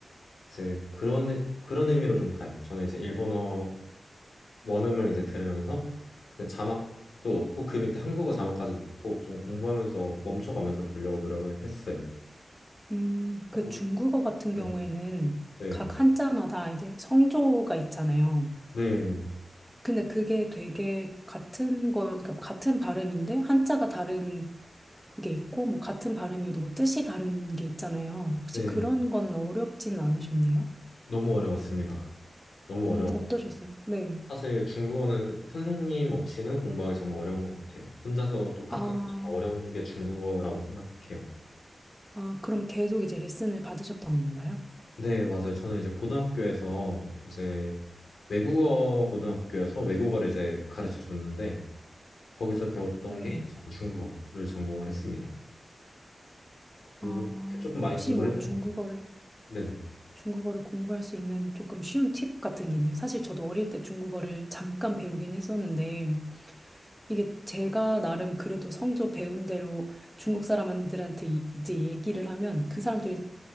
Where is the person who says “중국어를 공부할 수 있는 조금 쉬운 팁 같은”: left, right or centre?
Centre